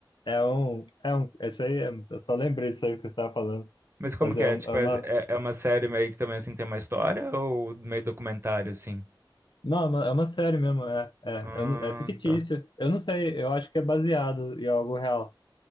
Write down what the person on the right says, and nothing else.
Mas como
que
é?
Tipo,
é, é é uma série meio que também assim tem uma história ou meio documentário assim?
Ah,
tá.